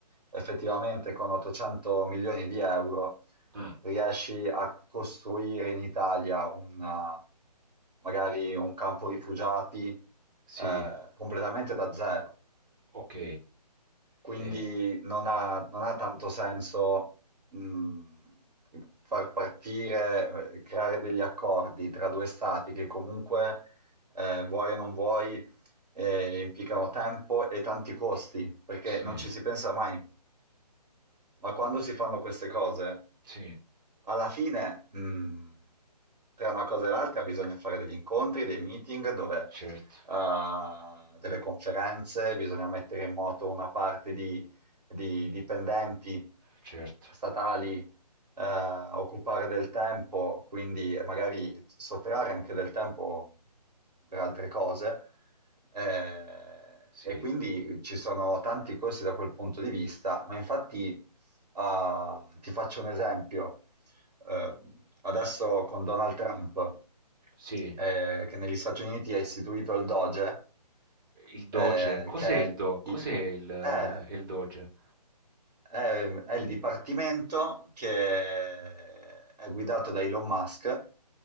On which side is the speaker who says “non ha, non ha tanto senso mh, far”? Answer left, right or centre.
Right